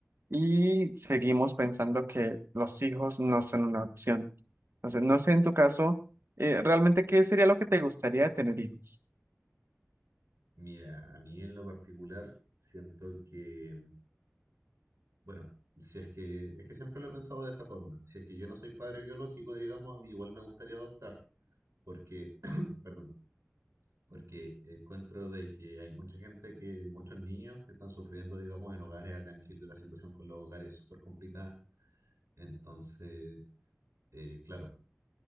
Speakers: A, on the right (about 55°); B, on the right (about 85°).
A: y seguimos pensando que los hijos no son una opción. Entonces, no sé en tu caso, eh, realmente qué sería lo que te gustaría de tener hijos.
B: Mira, a mí en lo particular siento que, bueno, si es que, es que siempre lo he pensado de esta forma, si es que yo no soy padre biológico, digamos, a mí igual me gustaría adoptar, porque, <clears throat> perdón, Porque encuentro de que hay mucha gente que, muchos niños que están sufriendo, digamos, en hogares. Acá en Chile la situación con los hogares es súper complicada. Entonces, eh, claro,